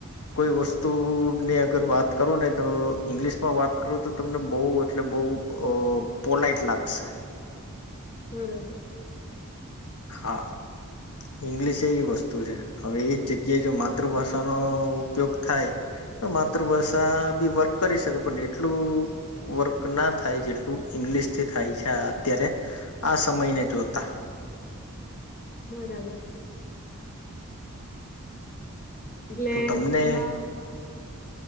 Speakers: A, on the left; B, on the left.
A: કોઈ વસ્ તુની અગર વાત કરુ ને તો ઇંગ્લિશમાં વાત કરો તો તમને બઉ એટલે બઉ પોલાઈટ લાગશે.
B: બરાબર.
A: હા, ઈંગ્લિશ એવી વસ્તુ છે હવે એ જ જગ્યાએ જો માતૃભાષાનો ઉપયોગ થાય તો માતૃભાષા બી વર્ક કરી શકે પણ એટલું વર્ક ના થાય જેટલું ઈંગ્લિશથી થાય છે, આ અત્યારે આ સમયને જોતા.
B: બરાબર. એટલે
A: તો તમને
B: ઈમાં